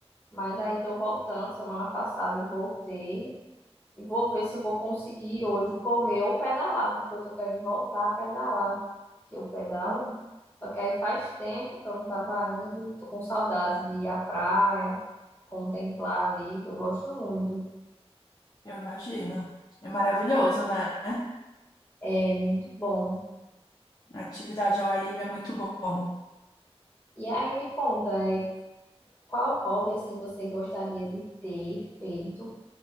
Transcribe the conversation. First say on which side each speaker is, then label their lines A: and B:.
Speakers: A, on the left; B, on the left.
A: Mas aí tô voltando, semana passada eu voltei e vou ver se eu vou conseguir hoje correr ou pedalar, porque eu tô querendo voltar a pedalar, que eu pedalo.
B: Uhum.
A: Só que aí faz tempo que eu não tava indo, tô com saudades de ir à praia, contemplar ali, que eu gosto muito,
B: Eu imagino. É maravilhoso, né?
A: é muito bom.
B: Atividade ao ar livre é muito bom.
A: E aí me conta, é, qual hobby assim você gostaria de ter feito,